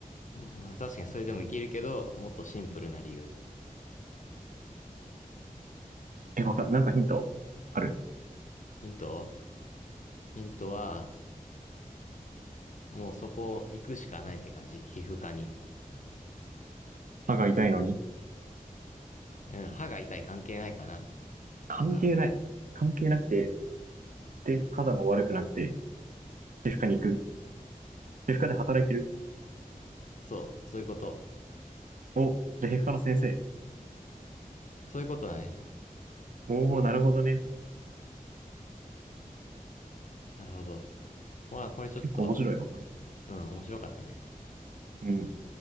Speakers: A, on the left; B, on the right.
A: まあ確かにそれでもいけるけど、もっとシンプルな理由。
B: え、わかん、なんかヒントある。
A: ヒントヒントは、もうそこ行くしかないって感じ。皮膚科に。
B: 歯が痛いのに。
A: うん、歯が痛い関係ないかな。
B: 関係ない。
A: だから、
B: 関係なくて、で、肌も悪くなくて、皮膚科に行く。皮膚科で働いてる。
A: そう、そういうこと。
B: お、じゃあ皮膚科の先生。
A: そういうことだね。
B: おお、なるほどね。
A: なるほど。まあこれちょっと、
B: 結構面白いわ、これ。
A: うん、面白かったね。
B: うん。